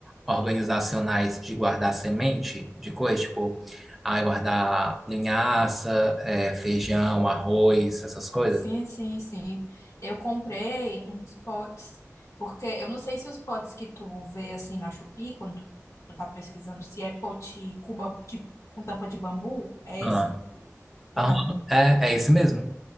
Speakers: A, in the centre; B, on the left.
A: organizacionais de guardar semente de coisa, tipo, aí guardar linhaça, é, feijão, arroz, essas coisas.
B: Sim, sim, sim. Eu comprei uns potes, porque eu não sei se os potes que tu vê assim na Shopee, quando tu tá pesquisando, se é pote com, ba- de- com tampa de bambu, é
A: Ah,
B: esse ou
A: aham.
B: não?
A: É, é esse mesmo.